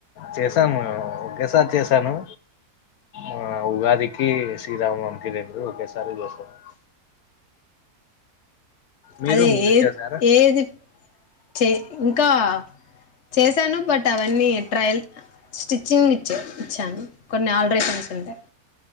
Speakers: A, on the left; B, on the left.
A: చేసాము కేసారి చేశాను ఆ ఉగాదికి శ్రీరామనవమి కి రెండూ ఒకేసారి చేశాను మీరు
B: అదే
A: మీరు
B: ఏ
A: చేసారా
B: ఏది చే ఇంకా చేశాను బట్ అవన్నీ ట్రయల్ స్టిచ్చింగ్ ఇచ్చే ఇచ్చాను కొన్ని ఆల్ట్రేషన్స్ ఉంటాయి